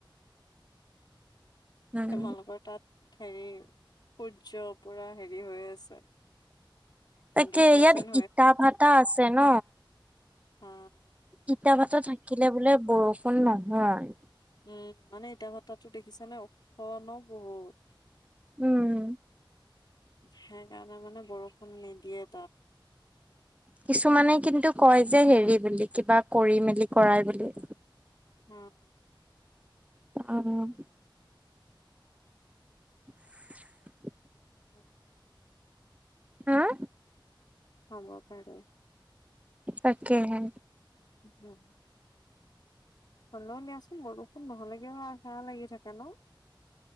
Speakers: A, on the right; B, on the left.
A: উম
B: তোমালোকৰ তাত? হেৰি সূৰ্য, পুৰা হেৰি হৈ আছে।
A: তাকে
B: হাণ্ড্ৰেড পাৰ্চেন্ট
A: ইয়াত ইটা-ভাটা আছে ন?
B: উম।
A: ইটা-ভাটা থাকিলে বোলে বৰষুণ নহয়।
B: উম মানে ইটা-ভাত দেখিছানে, ওখ ন বহুত।
A: উম।
B: সেইকাৰণে মানে বৰষুণ নিদিয়ে তাত।
A: কিছুমানে কিন্তু কয় যে, হেৰি বুলি কিবা কৰি মেলি কৰাই বুলি।
B: উম।
A: অহ'। <unintelligible>
B: <unintelligible>
A: হা?
B: হ'ব পাৰে।
A: তাকে হে।
B: কেতিয়া হ'লেও দিয়াচোন বৰষুণ নহ'লে কিবা ভাল লাগি থাকে ন।